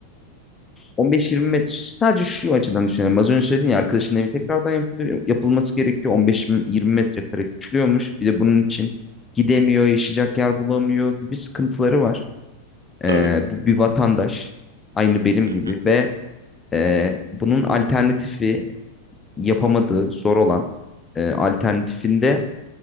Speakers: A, on the left; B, on the right.
A: 15-20 metre sadece şu açıdan düşünelim. Az önce söyledin ya arkadaşın evi tekrardan yapılıyor, yapılması gerekiyor. 15-20 metrekare küçülüyormuş. Bir de bunun için gidemiyor, yaşayacak yer bulamıyor gibi sıkıntıları var.
B: Tabii.
A: E, bu bir vatandaş aynı benim
B: Hı
A: gibi
B: hı.
A: ve e, bunun alternatifi yapamadığı zor olan e, alternatifinde